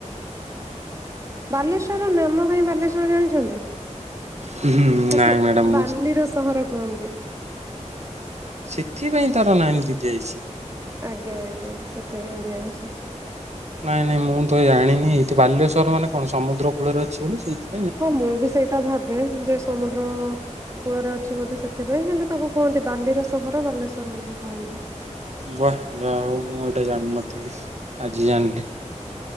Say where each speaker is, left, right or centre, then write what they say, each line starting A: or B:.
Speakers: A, on the right; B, on the right.
A: ବାଲେଶ୍ୱରର ନାମ କାହିଁ ବାଲେଶ୍ଵର ଜାଣିଛନ୍ତି। ତାକୁ
B: ହୁଁ ନାଇଁ ମ୍ୟାଡାମ ମୁଁ
A: ବାଲିର ସ୍ୱର ସହର କୁହନ୍ତି।
B: ସେଥିପାଇଁ ତାର ନାଁ ଏମିତି ଦିଆ ଯାଇଛି?
A: ଆଜ୍ଞା ଆଜ୍ଞ ସେଥିପାଇଁ ଦିଆହେଇଛି।
B: ନାଇଁ ନାଇଁ ମୁଁ ତ ଜାଣିନି? ଏଇଠି ବାଲେଶ୍ୱର ମାନେ କଣ ସମୁଦ୍ର କୂଳରେ ଅଛି ବୋଲି ସେଇଥି
A: ହଁ ମୁଁ ବି ସେଇଟା ଭାବେ ଯେ ସମୁଦ୍ର କୂଳରେ ଅଛି ବୋଧେ ସେଥିପାଇଁ। କିନ୍ତୁ ତାକୁ କୁହନ୍ତି ବାଲିର ସହର ବାଲେଶ୍ୱର ବୋଲି କୁହନ୍ତି।
B: ବାଃ ଯାହା ହଉ ମୁଁ ଏଇଟା ଜାଣିନଥିଲି, ଆଜି ଜାଣିଲି।